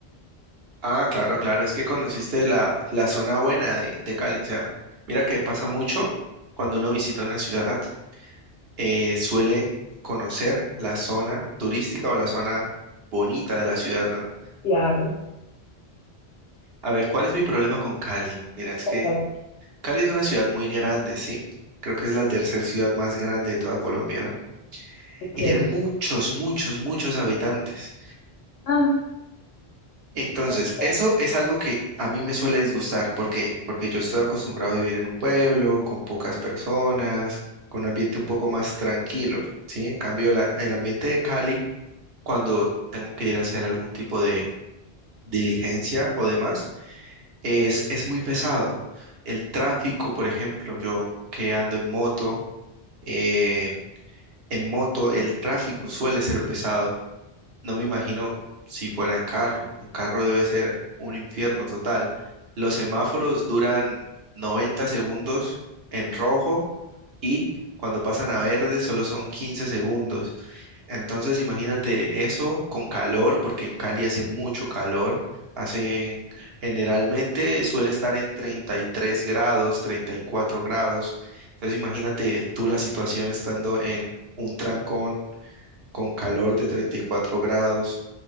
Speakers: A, on the right; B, on the left.
A: Ah, claro, claro, es que conociste la, la zona buena de, de Cali. O sea, mira que pasa mucho cuando uno visita una ciudad. eh, suele conocer la zona turística o la zona bonita de la ciudad, ¿no?
B: Claro,
A: A ver, ¿cuál es mi problema con Cali? Mira, es
B: cuéntame.
A: que Cali es una ciudad muy grande, ¿sí? Creo que es la tercera ciudad más grande de toda Colombia, ¿no?
B: Ok.
A: Y tiene muchos, muchos, muchos habitantes.
B: Ah,
A: Entonces,
B: justo.
A: eso es algo que a mí me suele disgustar. ¿Por qué? Porque yo estoy acostumbrado a vivir en un pueblo, con pocas personas, con un ambiente un poco más tranquilo, ¿sí? En cambio, la- el ambiente de Cali cuando tengo que ir a hacer algún tipo de diligencia o demás, es, es muy pesado. El tráfico, por ejemplo, yo que ando en moto, eh, en moto el tráfico suele ser pesado. No me imagino si fuera en carro. En carro debe ser un infierno total. Los semáforos duran 90 segundos en rojo y cuando pasan a verde solo son 15 segundos. Entonces imagínate eso con calor, porque en Cali hace mucho calor. Hacen, generalmente suele estar en 33 grados, 34 grados. Entonces imagínate tú la situación estando en un trancón con calor de 34 grados,